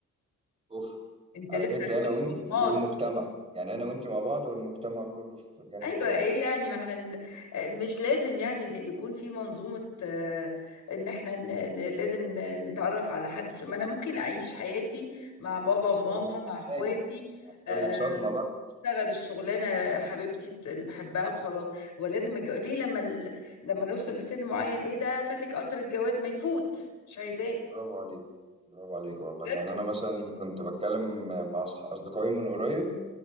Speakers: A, on the right; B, on the left.
A: كفر
B: انت
A: على
B: لسه
A: فكرة
B: هتقولي
A: أنا وإنتي
B: صالونات
A: والمجتمع يعني أنا وإنتي مع بعض والمجتمع كله في جانب
B: ايوه
A: تاني
B: ايه يعني ما احنا ن- مش لازم يعني ده يكون في منظومة آه، ان احنا ن- ن- لازم ن- نتعرف على حد مش- ما انا ممكن اعيش حياتي مع بابا
A: أنا عايز
B: وماما
A: أقول لك
B: مع اخواتي
A: حاجة
B: آه،
A: أقول لك صدمة بقى
B: اشتغل الشغلانه حبيبتي بت- اللي بحبها وخلاص هو لازم الجو... ليه لما ال... لما نوصل لسن معين ايه ده فاتك قطر الجواز ما يفوت مش عايزاه
A: برافو عليك برافو عليك والله
B: بجد
A: يعني انا مثلا كنت بتكلم مع أص- اصدقائي من قريب